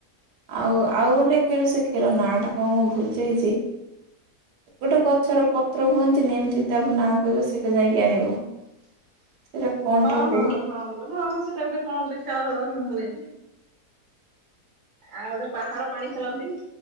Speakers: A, on the right; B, on the right.
A: ଆଉ ଆଉ ଗୋଟେ ଖେଳୁ ସେ ଖେଳ ନାଁଟା କ ମୁଁ ଭୁଲ ଯାଇଛି। ଗୋଟେ ଗଛର ପତ୍ର କୁହନ୍ତି ନେମିତି ତାପରେ ନାଁ କହିବ ସେଇଟା ଯାଇକି ଆଣିବ।
B: <inaudible>
A: ସେଇଟା କଣଟା
B: ହଁ
A: ଗୋଟେ
B: ହଁ ହଁ ହଁ ସେଟା ଗୋଟେ କଣ ଗୋଟେ ଖେଳ ହ ହ ହୁଏ। ଆଉ ଗୋଟେ ପାହାଡ ପାଣି ଖେଳନ୍ତି